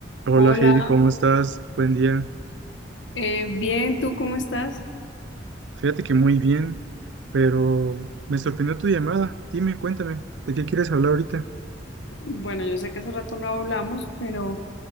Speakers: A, on the right; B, on the left.
A: Hola
B: Hola,
A: Heidi, ¿cómo estás? Buen día.
B: eh, bien, ¿tú cómo estás?
A: Fíjate que muy bien, pero me sorprendió tu llamada. Dime, cuéntame, ¿de qué quieres hablar ahorita?
B: Bueno, yo sé que hace rato no hablamos, pero